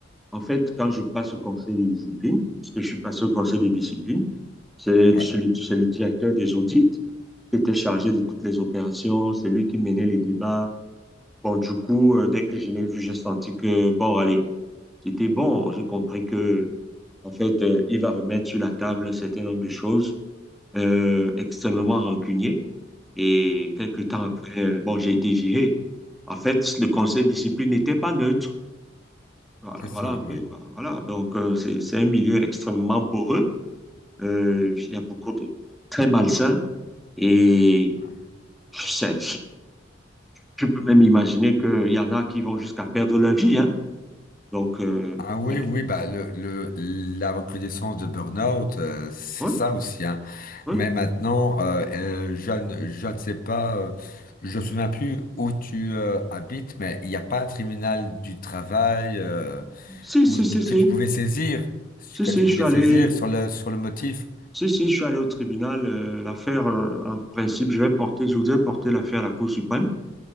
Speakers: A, in the centre; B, on the left.
A: en fait, quand je passe au conseil des disciplines, parce que je suis passé au conseil des disciplines, c'est
B: Ouais,
A: c'est le, c'est le directeur des audits qui était chargé de toutes les opérations. C'est lui qui menait les débats. Bon, du coup, euh, dès que je l'ai vu, j'ai senti que, bon, allez. C'était bon. J'ai compris que, en fait, euh, il va remettre sur la table un certain nombre de choses euh, extrêmement rancunier. Et quelques temps après, euh, bon, j'ai été viré. En fait, le conseil de discipline n'était pas neutre. Voilà,
B: c'est ça,
A: voilà un peu,
B: oui.
A: quoi. Voilà. Donc, euh, c'est, c'est un milieu extrêmement poreux. Euh, il y a beaucoup de très malsains Et
B: Ouais.
A: c'est- tu peux même imaginer qu'il y en a qui vont jusqu'à perdre leur vie, hein. Donc, euh,
B: Ah oui,
A: ouais,
B: oui, bah le, le la recrudescence de burn-out, euh, c'est
A: ouais.
B: ça aussi, hein.
A: ouais.
B: Mais maintenant, euh, euh, je ne je ne sais pas, euh, je ne me souviens plus où tu euh, habites, mais il n'y a pas un tribunal du travail euh,
A: Si, si,
B: où, t-
A: si, si.
B: que tu pouvais saisir,
A: Si,
B: que
A: si,
B: tu pouvais
A: je suis allé,
B: saisir sur le sur le motif.
A: si, si, je suis allé au tribunal. euh, l'affaire, euh, en principe, je vais porter, je voudrais porter l'affaire à la Cour suprême